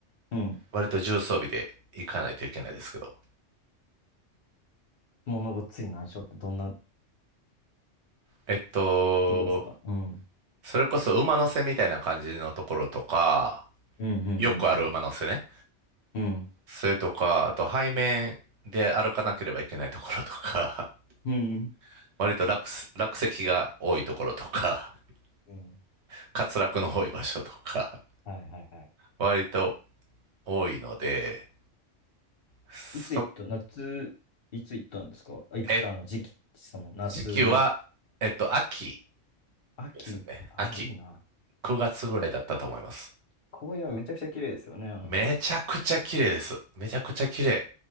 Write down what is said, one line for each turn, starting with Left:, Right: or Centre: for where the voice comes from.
Left: うん。
Right: 割と重装備で行かないといけないですけど。
Left: 物ごっつい難所ってどんな
Right: えっと、
Left: とこですかうん。うん、
Right: それこそ馬の背みたいな感じのところとか、
Left: うん、うん、
Right: よくある馬の背ね。
Left: うん。
Right: それとか、あと背面で歩かなければいけないところとか、
Left: うん。うん。
Right: <laughs> 割と落す、落石が多いところとか、
Left: うん。
Right: <laughs> 滑落の多い場所とか、
Left: はいはいはい。
Right: 割と多いので、そ、
Left: いつ行った夏、いつ行ったんですかあいつあの時期、
Right: え、
Left: その夏、
Right: 時期は、えっと、秋
Left: 秋、
Right: ですね。
Left: ああ、
Right: 秋。
Left: いいな。
Right: 9月ぐらいだったと思います。
Left: 紅葉めちゃくちゃ綺麗ですよね、あの辺。
Right: めちゃくちゃ綺麗です。めちゃくちゃ綺麗。